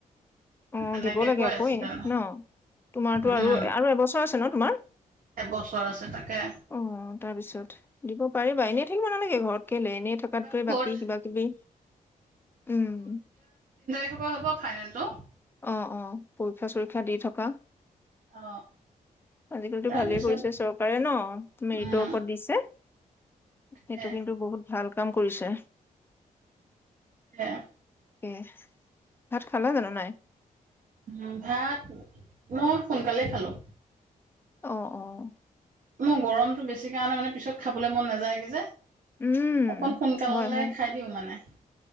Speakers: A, on the left; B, on the right.
A: অ
B: তেনেকে
A: ', দিব লাগে
B: কৈ
A: আকৌৱে
B: আছিলে মানে
A: ন', তোমাৰতো
B: উম
A: আৰু', - -আৰু এবছৰ, কৈছে ন', তোমাৰ।
B: এবছৰ আছে তাকে
A: অ', তাৰপিছত দিব পাৰিবা এনে। থাকিব নালাগে ঘৰত, কেলে এনে থকাতকৈ
B: এইবাৰ ফৰ্থ
A: বাকী কিবা -কিবি উম',
B: থকা হ'ব ফাইনেলটো।
A: অহ', -অহ, পৰীক্ষা -চৰীক্ষা। শিক্ষা দি থকা
B: অ
A: আজিকালিতো
B: তাৰপিছত
A: ভালেই কৰিছে চৰকাৰে ন', মেৰিটৰ
B: উম
A: ওপৰত দিছে।
B: তাকে
A: সেইটো কিন্তু বহুত ভাল। কাম কৰিছে।
B: তাকে।
A: এ', ভাত -খালা জানো নাই?
B: উম্ ভাত মই সোনকালে খালো।
A: অহ ',- অহ ',
B: মই, গৰমতটো বেছি কাৰণে মানে পিছত খাবলৈ মন নাযায়গে, যে',
A: উম
B: অকন, সোনকালে
A: হয় হয়
B: খাই দিওঁ মানে।